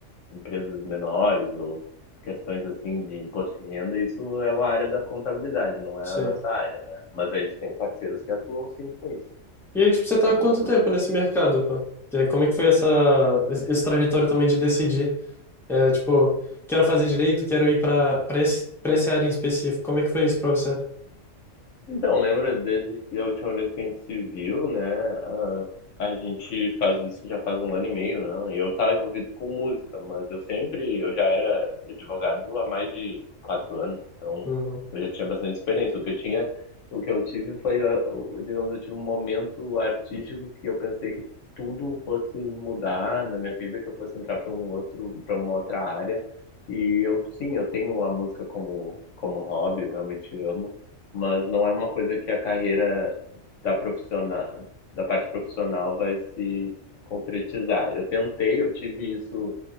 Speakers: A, on the left; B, in the centre.
A: empresas menores ou questões assim de imposto de renda, isso é uma área da contabilidade, não é
B: Sim.
A: a nossa área, né? Mas a gente tem parceiros que atuam sim com isso,
B: E aí, tipo, você tá
A: inclusive
B: há quanto tempo nesse mercado, pô? É, como é que foi essa, esse esse trajetório também de decidir? É, tipo, quero fazer direito, quero ir pra, pra, esse, pra essa área em específico. Como é que foi isso pra você?
A: Então, lembra desde que a última vez que a gente se viu, né? A, a gente faz isso já faz um ano e meio, não? E eu estava envolvido com música, mas eu sempre, eu já era advogado há mais de quatro anos, então
B: Uhum.
A: eu já tinha bastante experiência. O que eu tinha, o que eu tive foi, a- o- digamos, eu tive um momento artístico que eu pensei que tudo fosse mudar na minha vida, que eu fosse entrar para um outro, para uma outra área. E eu, sim, eu tenho a música como, como hobby, eu realmente amo mas não é uma coisa que a carreira da profissional, da parte profissional vai se concretizar. Eu tentei, eu tive isso